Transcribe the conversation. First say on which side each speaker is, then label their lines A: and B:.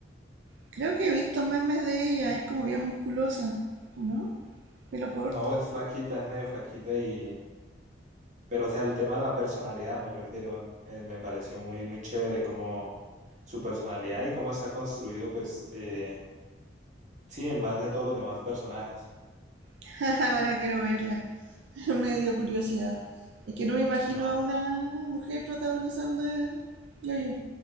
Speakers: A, on the right; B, on the right.
A: creo que he visto memes de ella. Es como bien musculosa, ¿no? ¿Pelo corto?
B: No, es flaquita, es medio flaquita y Pero, o sea, el tema de la personalidad, me refiero, eh, me pareció muy, muy chévere como su personalidad y cómo está construido, pues, eh, sí, en base a todos los demás personajes.
A: <laughs> Ahora quiero verla. <laughs> Me dio curiosidad. Es que no me imagino
B: No,
A: a una mujer protagonizando yo-yo.